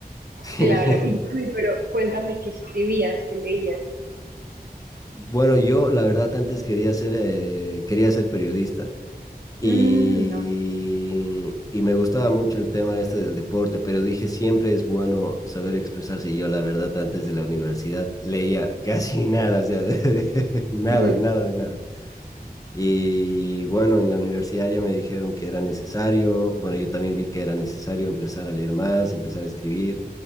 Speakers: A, on the left (about 20°); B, on the right (about 75°).
A: <laughs>
B: Claro, y bueno, y pero cuéntame qué escribías, qué leías.
A: Bueno, yo la verdad antes quería ser, eh, quería ser periodista y,
B: Mm,
A: y me gustaba mucho el tema este del deporte, pero dije, siempre es bueno saber expresarse y yo la verdad antes de la universidad leía <laughs> casi nada, o sea, <laughs> nada,
B: ok.
A: nada de nada. Y bueno, en la universidad ya me dijeron que era necesario, bueno, yo también vi que era necesario empezar a leer más, empezar a escribir